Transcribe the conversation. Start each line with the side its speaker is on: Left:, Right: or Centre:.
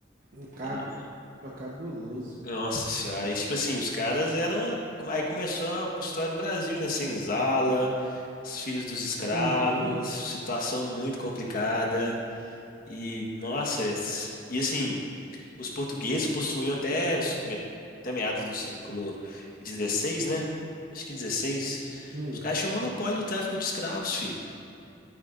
Right: Um cara
Left: E-
Right: Mas cabuloso.
Left: Nossa senhora, e tipo assim, os caras eram, aí começou a história do Brasil, né, senzala, os filhos dos escravos,
Right: Uhum.
Left: situação muito complicada. E nossa, e assim, Os portugueses possuíam até, os, me- até meados do século dezesseis, né? Acho que dezesseis.
Right: Hum.
Left: Os caras tinham monopólio do tráfico de escravos, fi.